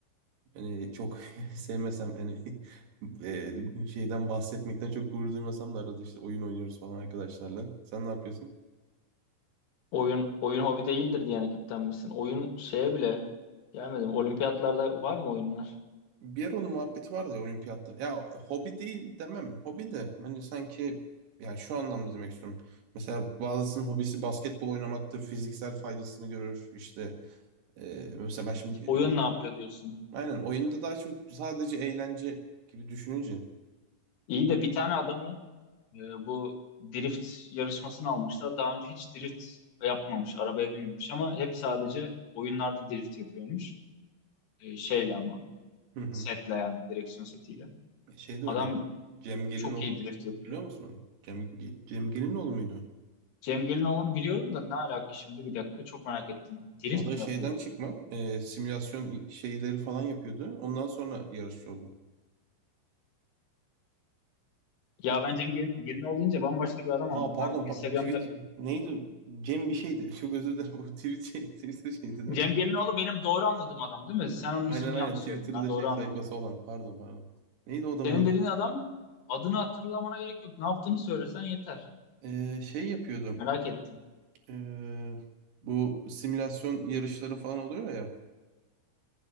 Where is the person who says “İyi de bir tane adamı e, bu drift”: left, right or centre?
Left